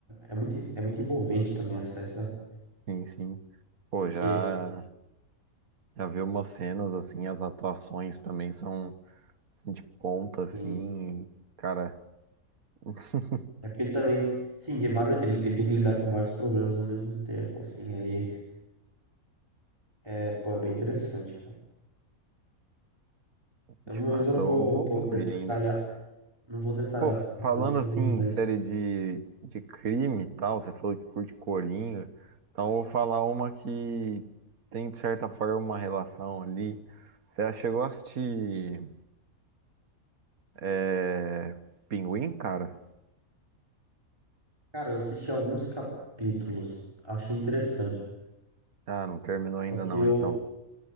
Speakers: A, on the right (about 15°); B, on the right (about 75°).
A: é muito, é muito envolvente também a série, sabe?
B: sim, sim. Pô,
A: Porque,
B: já. Já vi umas cenas assim, as atuações também são assim, de ponta, assim,
A: tem
B: cara, <laughs>
A: é porque ele também, sim, tem vários, ele, ele tem que lidar com vários problemas ao mesmo tempo, assim. Aí, é, pô, é bem interessante, cara. Eu
B: de
A: não-
B: fato,
A: Mas eu não vou,
B: eu vou,
A: pô,
B: vou
A: detalhar,
B: ver ainda, cara.
A: Não vou detalhar
B: Pô, falando
A: tanto para
B: assim,
A: não
B: em
A: dar
B: série
A: spoiler.
B: de, de crime e tal, você falou que curte Coringa, então eu vou falar uma que tem, de certa forma, uma relação ali. Você já chegou a assistir é, Pinguim, cara?
A: Cara, eu assisti alguns capítulos, achei interessante.
B: Ah, não terminou ainda
A: Só que
B: não,
A: eu
B: então.